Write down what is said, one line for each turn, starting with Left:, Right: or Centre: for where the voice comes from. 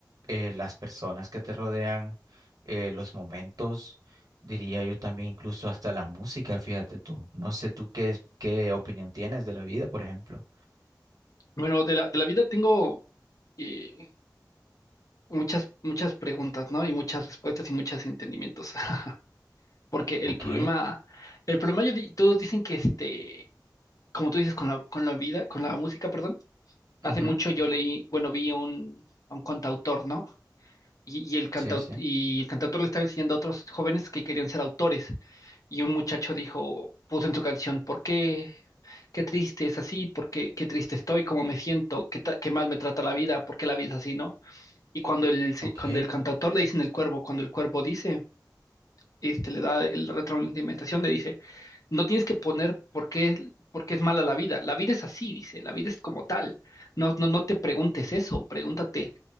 Right: eh, las personas que te rodean, eh, los momentos, diría yo también incluso hasta la música, fíjate tú. No sé tú qué, es- qué opinión tienes de la vida, por ejemplo.
Left: Bueno, de la, de la vida tengo eh, muchas, muchas preguntas, ¿no? Y muchas respuestas y muchos entendimientos. <laughs> Porque el
Right: Ok.
Left: problema, el problema, yo di- todos dicen que este, como tú dices, con la, con la vida, con la música, perdón, hace
Right: Ujú.
Left: mucho yo leí, bueno, vi a un, a un cantautor, ¿no? Y, y el cantaut
Right: Sí, sí.
Left: y el cantautor le estaba enseñando a otros jóvenes que querían ser autores. Y un muchacho dijo, puso en su canción, ¿por qué? Qué triste es así, por qué, qué triste estoy, cómo me siento, qué, ta- qué mal me trata la vida, por qué la vida es así, ¿no? Y cuando el, se-
Right: Ok.
Left: cuando el cantautor le dice en el cuervo, cuando el cuervo dice, este, le da el retroalimentación, le dice, no tienes que poner por qué, por qué es mala la vida. La vida es así, dice, la vida es como tal. No, no, no te preguntes eso, pregúntate